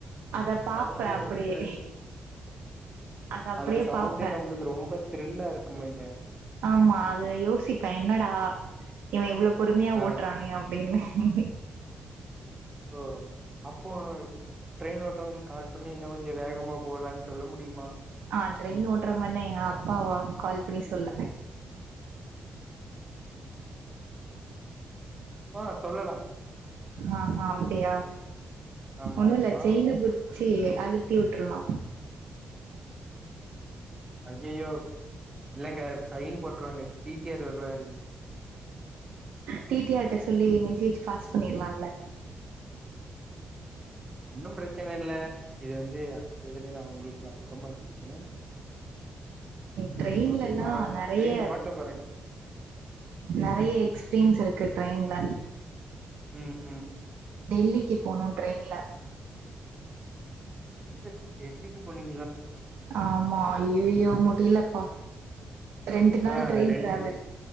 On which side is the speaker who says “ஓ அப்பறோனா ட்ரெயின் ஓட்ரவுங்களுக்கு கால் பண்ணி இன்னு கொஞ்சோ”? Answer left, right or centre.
Right